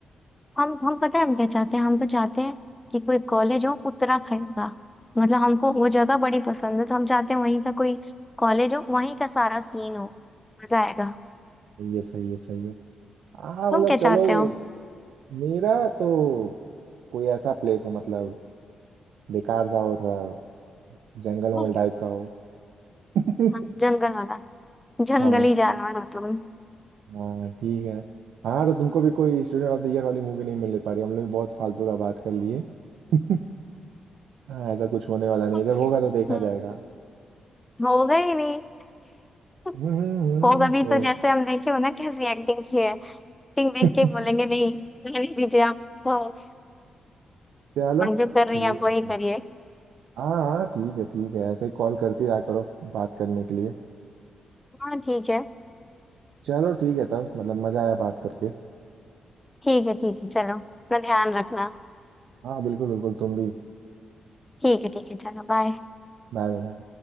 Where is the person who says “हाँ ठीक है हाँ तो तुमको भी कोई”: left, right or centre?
Right